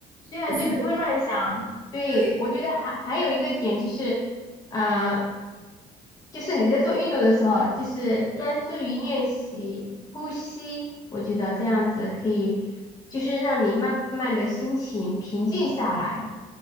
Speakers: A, on the left; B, on the right.
A: 对啊，
B: 可是
A: 对，不会乱想。对，
B: 对，
A: 我觉得还还有一个点就是，呃，就是你在做运动的时候，就是专注于练习呼吸，我觉得这样子可以，就是让你慢慢的心情平静下来。